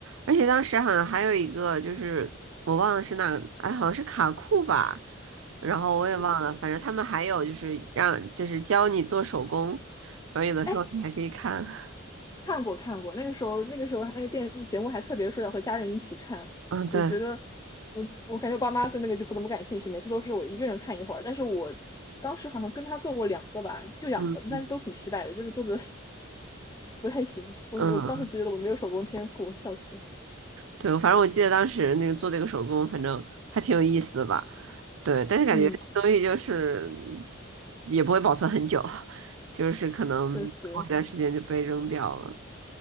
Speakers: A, on the right (about 75°); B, on the left (about 15°).
A: 而且当时好像还有一个，就是我忘了是哪个，哎，好像是卡酷吧，然后我也忘了，
B: 嗯，
A: 反正他们还有就是让就是教你做手工，然后有的时候你还可以看，
B: 哎，
A: <laughs>
B: 看过看过，那个时候那个时候那个电节目还特别说要和家人一起看，
A: 嗯，对，
B: 我觉得我我感觉爸妈对那个就不怎么感兴趣，每次都是我一个人看一会儿。但是我当时好像跟他做过两个吧，就两个，
A: 嗯
B: 但是都挺失败的，就是做的 <laughs> 不太行。我我当时觉得我没有手工天赋，
A: 嗯，
B: 笑死。
A: 对，反正我记得当时那个做这个手工，反正还挺有意思的吧，对，但是感觉这东西就是
B: 嗯，
A: 也不会保存很久，就是可能过一段时间就被扔掉了，
B: 确实